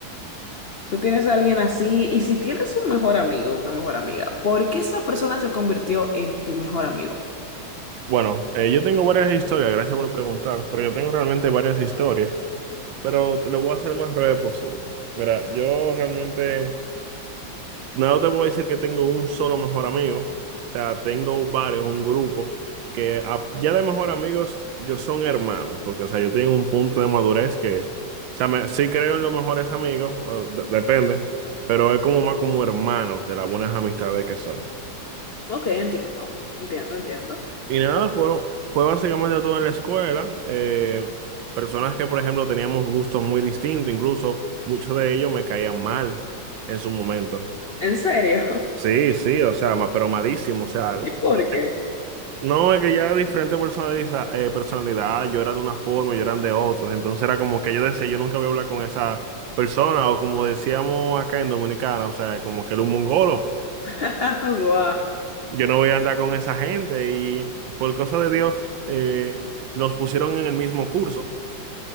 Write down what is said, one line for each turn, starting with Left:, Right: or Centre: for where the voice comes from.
Left: Tú tienes a alguien así, y si tienes un mejor amigo, una mejor amiga, ¿por qué esa persona se convirtió en tu mejor amigo?
Right: Bueno, eh, yo tengo varias historias, gracias por preguntar, pero yo tengo realmente varias historias, pero lo voy a hacer más breve posible. Mira, yo realmente no te voy a decir que tengo un solo mejor amigo, o sea, tengo varios, un grupo, que a- ya de mejor amigos yo son hermanos, porque, o sea, yo tengo un punto de madurez que, o sea, me- sí creo en los mejores amigos, eh, de- depende, pero es como más como hermanos de las buenas amistades que son.
Left: Ok, entiendo, entiendo, entiendo.
Right: Y nada,
Left: Pero,
Right: fue, fue básicamente todo en la escuela. eh, personas que, por ejemplo, teníamos gustos muy distintos, incluso muchos de ellos me caían mal en su momento.
Left: ¿en serio? <laughs>
Right: Sí, sí, o sea, ma- pero malísimo, o sea, al
Left: ¿Y
Right: punto
Left: por qué?
Right: de- No, es que ya era diferente personaliza- eh, personalidad, yo era de una forma, yo eran de otras, entonces era como que yo decía, yo nunca voy a hablar con esa persona, o como decíamos acá en Dominicana, o sea, como que era un mongolo.
Left: <laughs> Wow,
Right: Yo no voy a andar con esa gente y por cosa de Dios eh, nos pusieron en el mismo curso,